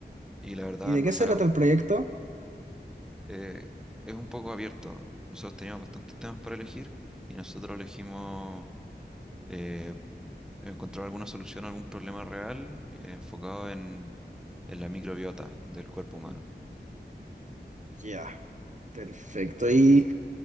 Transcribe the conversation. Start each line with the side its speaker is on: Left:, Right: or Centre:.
Centre: y la verdad
Right: ¿Y de
Centre: no
Right: qué
Centre: sabemos,
Right: se trata el proyecto?
Centre: eh, es un poco abierto. Nosotros teníamos bastantes temas para elegir y nosotros elegimos eh, encontrar alguna solución a algún problema real eh, enfocado en, en la microbiota del cuerpo humano.
Right: Ya, perfecto. Y